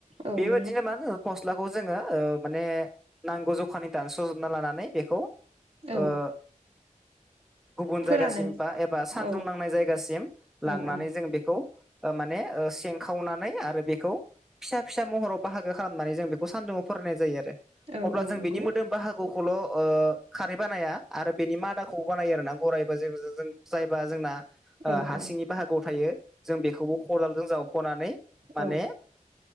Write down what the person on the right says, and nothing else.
औ
नंगौ
औ
फोरानो
औ
औ
औ
औ
औ
नंगौ
औ
औ
औ